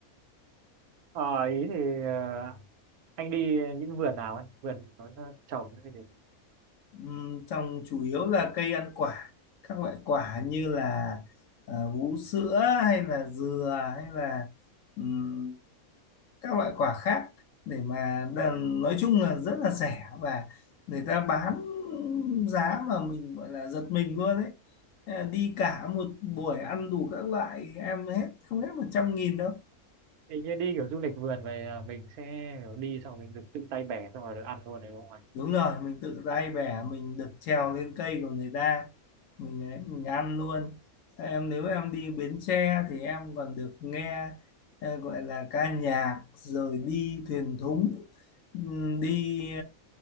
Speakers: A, on the right (about 80°); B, on the left (about 65°).
A: Ờ, ý thì ờ, anh đi những vườn nào ấy vườn nó nó trồng cái gì
B: Ừm, trồng chủ yếu là cây ăn quả các loại quả như là ờ, vú sữa hay là dừa hay là ừm, các loại quả khác để mà đàn- nói chung là rất là rẻ và người ta bán giá mà mình gọi là giật mình luôn ấy Ờ, đi cả một buổi ăn đủ các loại em hết không hết một trăm nghìn đâu
A: hình như đi kiểu du lịch vườn về à, mình sẽ kiểu đi xong mình được tự tay bẻ xong rồi được ăn luôn đấy đúng không anh
B: đúng rồi mình tự tay bẻ mình được trèo lên cây của người ta mình ấy, mình ăn luôn em nếu em đi Bến Tre thì em còn được nghe ờ, gọi là ca nhạc rồi đi thuyền thúng ừm, đi